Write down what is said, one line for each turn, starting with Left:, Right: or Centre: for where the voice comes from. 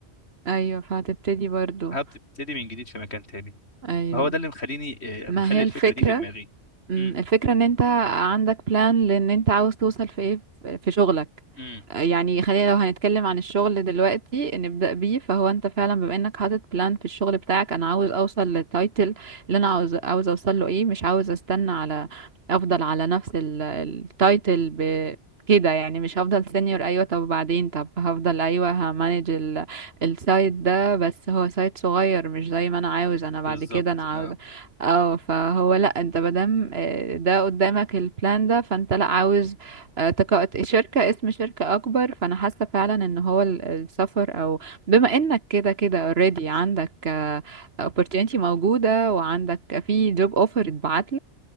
Right: ايوه فهتبتدي برضو
Left: هبتدي من جديد في مكان تاني
Right: ايوه
Left: هو ده اللي مخليني آه،
Right: ما
Left: مخلي
Right: هي
Left: الفكرة
Right: الفكرة
Left: دي في دماغي
Right: مم،
Left: امم
Right: الفكرة ان انت عندك بلان لان انت عاوز توصل في ايه في في شغلك
Left: امم
Right: يعني خلينا لو هنتكلم عن الشغل دلوقتي نبدأ بيه فهو انت فعلا بما انك حاطط بلان في الشغل بتاعك انا عاوز اوصل للتايتل اللي انا عاوز عاوز اوصل له ايه مش عاوز استنى على افضل على نفس ال- التايتل ب كده يعني مش هفضل سينيور ايوه طب بعدين طب هفضل ايوه همانج ال- السايت ده بس هو سايت صغير مش زي ما انا عاوز انا بعد
Left: بالظبط
Right: كده انا
Left: اه
Right: عاوز اه فهو لا انت مادام آه، ده قدامك البلان ده فانت لا عاوز آه، تك- شركة اسم شركة أكبر فأنا حاسة فعلا إن هو ال- السفر أو بما إنك كده كده already عندك آه، opportunity موجودة وعندك في job offer اتبعت